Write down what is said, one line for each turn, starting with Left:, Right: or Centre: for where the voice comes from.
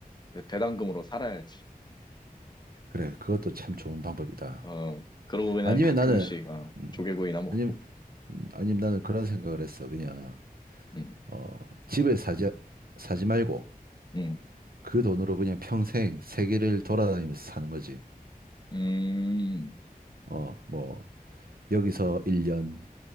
Left: 배당금으로 살아야지.
Right: 그래. 그것도 참 좋은 방법이다.
Left: 어, 그러고 그냥
Right: 아니면
Left: 가끔씩
Right: 나는,
Left: 어,
Right: 음,
Left: 조개구이나 먹고.
Right: 아니면, 음, 아니면 나는 그런 생각을 했어. 그냥,
Left: 음,
Right: 어, 집을 사지, 사지 말고
Left: 음,
Right: 그 돈으로 그냥 평생 세계를 돌아다니면서 사는 거지.
Left: 음.
Right: 어, 뭐, 여기서 1년,